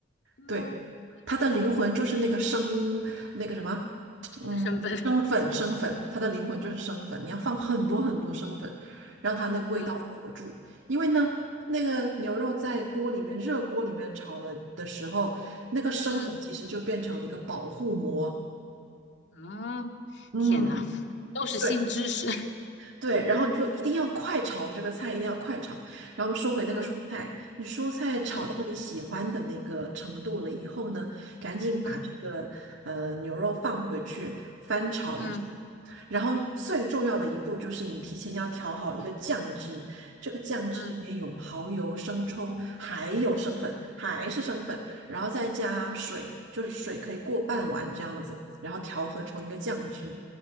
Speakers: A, on the left; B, on the right.
A: 嗯，
B: 对，它的灵魂就是那个生那个什么
A: 好，一个身份。
B: 嗯，
A: <laughs>
B: 生粉生粉，它的灵魂就是生粉，你要放很多很多生粉，让它那个味道锁住。
A: 嗯
B: 因为呢，那个牛肉在锅里面热锅里面炒了的时候，那个生粉其实就变成了一个保护膜。
A: 嗯嗯，
B: 嗯，
A: 天呐，都是新知识。
B: 对，
A: <laughs>
B: 对，然后你就一定要快炒这个菜，一定要快炒，然后收回那个蔬菜。
A: 嗯
B: 你蔬菜炒到你喜欢的那个程度了以后呢，
A: 嗯
B: 赶紧把这个呃牛肉放回去翻炒一下。
A: 嗯嗯
B: 然后最重要的一步就是你提前要调好一个酱汁，这个酱汁里面有蚝油、
A: 嗯，
B: 生抽，还有生粉，还是生粉，然后再加水，就是水可以过半碗这样子，然后调和成一个酱汁。